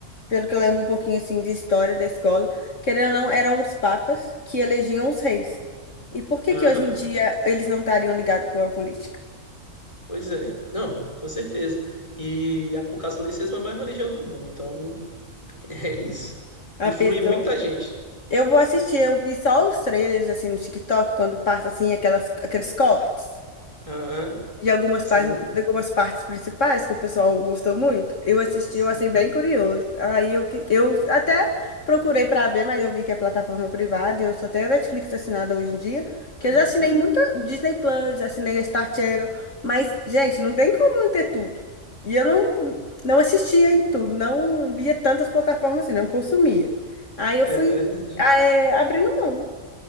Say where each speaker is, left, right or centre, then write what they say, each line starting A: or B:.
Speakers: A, on the left; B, on the left.
A: pelo que eu lembro um pouquinho assim de história da escola, querendo ou não, eram os papas que elegiam os reis. E por que
B: Aham,
A: que hoje em dia eles não estariam ligados com a política?
B: pois é. Não, com certeza. E a- o catolicismo é a maior religião do mundo, então <laughs> é isso.
A: A
B: Influi
A: pessoa.
B: muita gente.
A: Eu vou assistir, eu vi só os trailers assim no TikTok, quando passa assim aquelas, aqueles cortes.
B: Aham,
A: de algumas,
B: Sim,
A: par- de algumas partes principais que o pessoal gostou muito. Eu assisti,
B: sim.
A: eu achei bem curioso. Aí eu, que- eu até procurei pra ver, mas eu vi que é plataforma privada e eu só tenho a Netflix assinada hoje em dia, que
B: Aham,
A: eu já assinei muito Disney Plus, já assinei a Star Channel, mas, gente, não tem como manter tudo. E eu não, não assistia em tudo, não via tantas plataformas assim, não consumia. Aí eu
B: É
A: fui,
B: verdade.
A: eh, abrindo mão.